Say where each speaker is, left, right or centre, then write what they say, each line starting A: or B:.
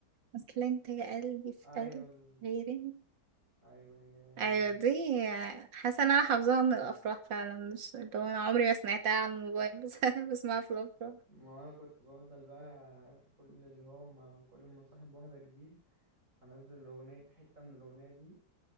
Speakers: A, on the right (about 80°); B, on the right (about 45°).
A: اصل انت يا قلبي في
B: ايوه
A: قلبي
B: بالظبط
A: غيري
B: ايوه هي هي
A: ايوه دي حاسه ان انا حافظاها من الافراح فعلا مش اللي هو انا عمري ما سمعتها على الموبايل بس <laughs> انا بسمعها في الافراح
B: ما انا كنت بفضل بقى عارف كل اللي هو ما كل ما صاحب واحده جديد انزل الاغنيه حته من الاغنيه دي